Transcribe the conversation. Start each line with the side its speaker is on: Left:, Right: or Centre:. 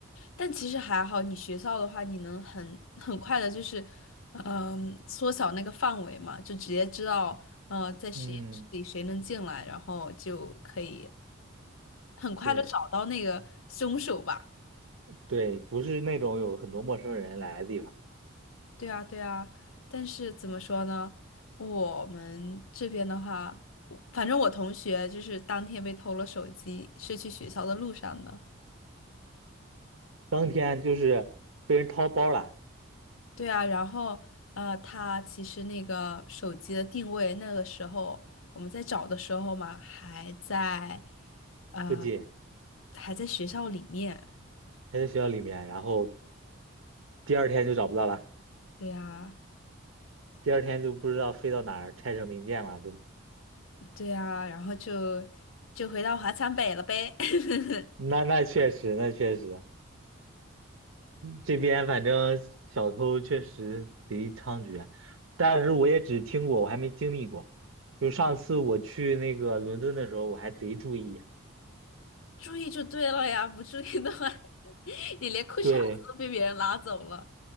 Left: 但其实还好，你学校的话，你能很很快的，就是，嗯、缩小那个范围嘛，就直接知道，呃，在实验室里谁能进来，
Right: 嗯，
Left: 然后就可以很快的找到那个凶手吧。
Right: 对对，不是那种有很多陌生人来的地方。
Left: 对啊，对啊。但是怎么说呢？我们这边的话，我反正我同学就是当天被偷了手机，是去学校的路上的。
Right: 当天就是被人掏包了，
Left: 对啊，然后呃，他其实那个手机的定位，那个时候我们在找的时候嘛，还在呃
Right: 不仅
Left: 还在学校里面。
Right: 还在学校里面，然后第二天就找不到了。
Left: 对啊，
Right: 第二天就不知道飞到哪儿，拆成零件了，对。
Left: 对啊，然后就就回到华强北了呗。<laughs>
Right: 那那确实，那确实，嗯这边反正小偷确实贼猖獗，但是我也只听过，我还没经历过。就上次我去那个伦敦的时候，我还贼注意，
Left: 注意就对了呀，不注意的话，<laughs> 你连裤衩子都被别人拉走了。
Right: 对